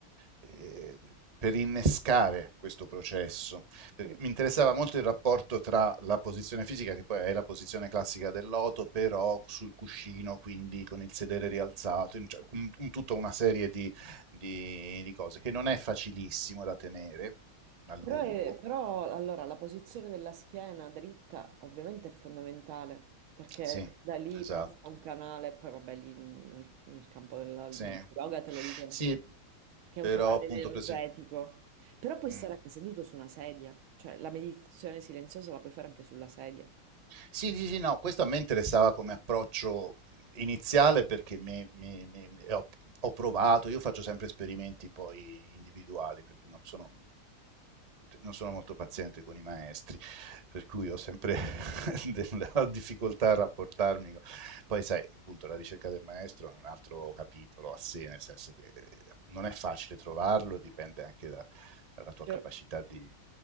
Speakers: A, on the right; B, on the right.
A: eh, per innescare questo processo. Perché
B: Eh,
A: mi interessava molto il rapporto tra la posizione fisica, che poi è la posizione classica dell'oto, però sul cuscino, quindi con il sedere rialzato, cioè, un, un, tutta una serie di, di, di, cose che non è facilissimo da tenere a lungo.
B: Però, è- però, allora la posizione della schiena dritta ovviamente è fondamentale perché
A: Sì,
B: da lì
A: esatto.
B: passa un canale, poi vabbè lì nel, nel campo della,
A: Sì,
B: del yoga te lo dicono
A: sì
B: che
A: però
B: è un canale
A: appunto
B: energetico.
A: per esempio...
B: Però puoi
A: Mm.
B: stare anche seduto su una sedia, cioè la meditazione silenziosa la puoi fare anche sulla sedia.
A: Sì, sì, sì, no, questo a me interessava come approccio iniziale perché mi- mi- mi- mi- ho, ho provato, io faccio sempre esperimenti poi individuali perché non sono, non sono molto paziente con i maestri, per cui ho sempre <laughs> della difficoltà a rapportarmi. con- Poi sai, appunto, la ricerca del maestro è un altro capitolo a sé, nel senso che eh, non è facile trovarlo, dipende anche da- dalla tua
B: Cioè,
A: capacità di,